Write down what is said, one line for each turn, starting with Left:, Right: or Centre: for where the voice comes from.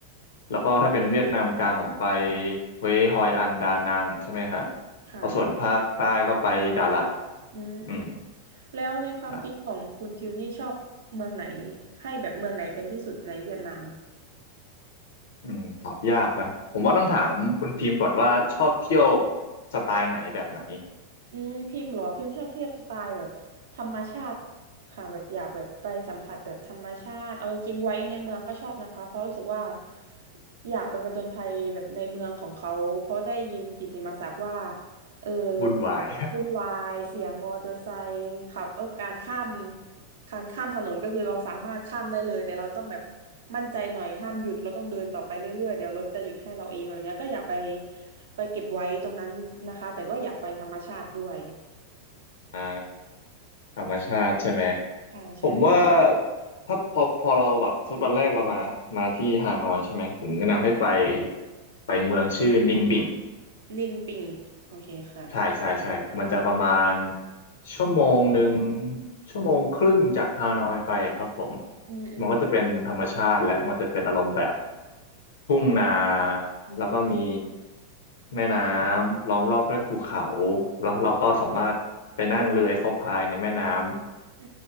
Left: แล้วก็ถ้าเป็นเวียดนามกลางผมไปเวยฮอยอันดานังใช่ไหมฮะ
Right: ค่ะ
Left: แล้วส่วนภาคใต้ก็ไปดาลัด
Right: อืมอืม
Left: อืม
Right: แล้วในความคิดของคุณคิวนี่ชอบเมืองไหน
Left: ครับ
Right: ให้แบบเมืองไหนเป็นที่สุดในเวียดนาม
Left: อืมตอบยากนะผมว่าต้องถามคุณพิมพ์ก่อนว่าชอบเที่ยวสไตล์ไหนแบบไหน
Right: อืมพิมพ์เหรอพิมพ์ชอบเที่ยวสไตล์แบบธรรมชาติค่ะแบบอยากแบบไปสัมผัสแบบธรรมชาติเอาจริงๆไว้ในเมืองก็ชอบนะคะเพราะรู้สึกว่าอยากไปผจญภัยแบบในเมืองของเขาเพราะได้ยินกิตติมศักดิ์ว่าเออ
Left: วุ่นวาย
Right: วุ่นวายเสียงมอเตอร์ไซค์ขับเออการข้าม การข้ามถนนก็คือเราสามารถข้ามได้เลยแต่เราต้องแบบมั่นใจหน่อยห้ามหยุดเราต้องเดินต่อไปเรื่อยๆเดี๋ยวรถจะหยุดให้เราเองอะไรเงี้ยก็อย่าไปไปเก็บไว้ตรงนั้นนะคะแต่ก็อยากไปธรรมชาติด้วย
Left: <laughs> อ่าธรรมชาติใช่ไหม
Right: ใช่ใช่
Left: ผมว่าถ้าพอพอเราแบบทุตบอแรกเรามา มาที่ฮานอยใช่ไหม ผมแนะนำให้ไป
Right: ค่ะ
Left: ไปเมืองชื่อนิงบิง
Right: นิ่งปิงโอเคค่ะ
Left: ใช่ใช่ใช่มันจะประมาณชั่วโมงหนึ่งชั่วโมงครึ่งจากฮานอยไปอะครับผม
Right: อืมอืม
Left: มันก็จะเป็นธรรมชาติและมันจะเป็นอารมณ์แบบทุ่งนา
Right: อืม
Left: แล้วก็มีแม่น้ำล้อมรอบด้วยภูเขาแล้วเราก็สามารถไปนั่งเรือเข้าพายในแม่น้ำ
Right: อื